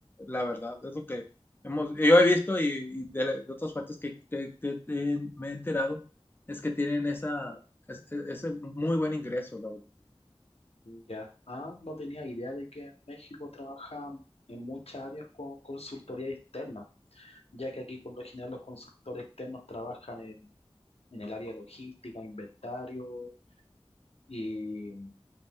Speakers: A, on the left (about 20°); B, on the left (about 75°).
A: La verdad, es lo que hemos, yo he visto y, y de, de otras fuentes que, que- que te- me he enterado, es que tienen esa ese es, e, es, muy buen ingreso, la verdad.
B: Ya. Ah, no tenía idea de que en México trabaja en muchas áreas con consultoría externa, ya que aquí por lo general los consultores externos trabajan en, en el área logística, inventario y en